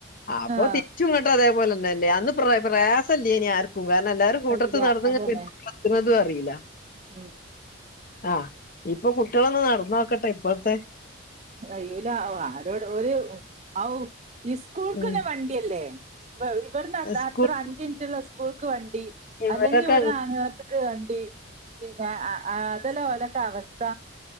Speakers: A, on the left; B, on the right.
A: അപ്പൊ
B: ആഹ്
A: തിരിച്ചുംങ്ങട്ടോ അതേപോലെന്നെല്ലേ അന്ന് പ്ര പ്രയാസല്ലേനി ആർക്കും കാരണം എല്ലാരും കൂട്ടത്ത്
B: അല്ല
A: നടന്നങ്ങ്
B: അതന്നെ
A: എത്തണതും അറിയില്ല.
B: ഉം
A: ആ. ഇപ്പൊ കുട്ടിയോളൊന്ന് നടന്നോക്കട്ടെ ഇപ്പഴത്തെ.
B: കഴിയൂല. ആരോട് ഒരു അവ് സ്കൂൾക്കുക്
A: ഉം
B: തന്നെ വണ്ടിയല്ലേ. ഇവിടുന്ന്
A: സ്കൂൾ
B: അത്ര അഞ്ചിമിനിറ്റുള്ള ഇസ്കൂൾക്ക് വണ്ടി.
A: ഇവരൊക്കെ
B: അല്ലെങ്കി ഇവിടുന്ന് ആ വണ്ടി പിന്നെ അതെല്ലാം ഓലക്കെ അവസ്ഥ.